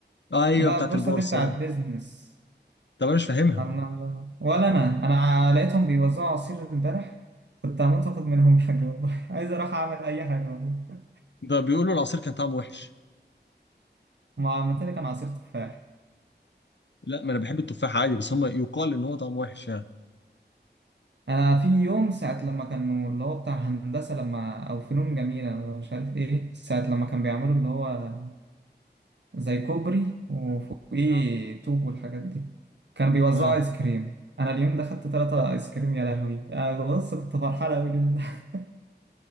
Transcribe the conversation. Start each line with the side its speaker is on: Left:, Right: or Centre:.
Left: آه، ايوه
Right: لا
Left: بتاعت
Right: البورصة
Left: البورصة
Right: دي بتاعت بيزنس
Left: طب انا مش فاهمها
Right: أنا- ولا أنا أنا لقيتهم بيوزعوا عصير امبارح كنت هموت وآخد منهم حاجة والله <laughs> عايز أروح أعمل أي حاجة والله
Left: ده بيقولوا العصير كان طعمه وحش
Right: ما عملت لي كان عصير تفاح
Left: لا ما انا بحب التفاح عادي بس هم يقال ان هو طعمه وحش يعني
Right: أنا في يوم ساعة لما كانوا اللي هو بتاع هندسة لما أو فنون جميلة ولا مش عارف إيه ساعة لما كان بيعملوا اللي هو زي كوبري وفوقيه
Left: اه
Right: طوب والحاجات دي كانوا بيوزعوا
Left: اه
Right: آيس كريم أنا اليوم ده خدت تلاتة آيس كريم يا لهوي أنا بص كنت فرحان أوي اليوم ده <laughs>